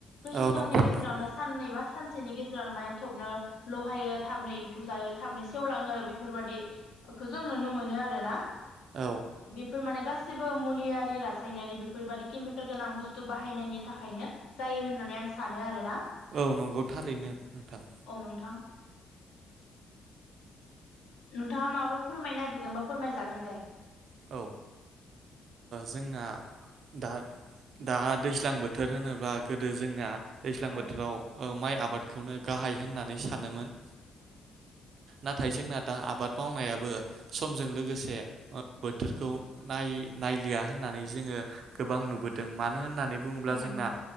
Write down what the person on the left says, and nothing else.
दसे
समनि
गेजेरावनो साननै बा सानसे मानसेनि गेजेरावनो माने थाबनो लहायो थाबनो एम्फौ जायो थाबनो सेवलाङो बेफोरबादि खौ जों नुनो मोनो आरो ना।
फोर माने गासिबो मुलियारि रासायनारि बेफोरबादि केमिकेल गोनां बुस्थु बाहायनायनि थाखायनो जायो होननानै आं सानो आरो ना।
औ <unintelligible> नोंथाङा माबाफोर फोरमायनो नागिरदोंबा फोरमायजागोन दे
औ
<unintelligible>
अ
नंगौ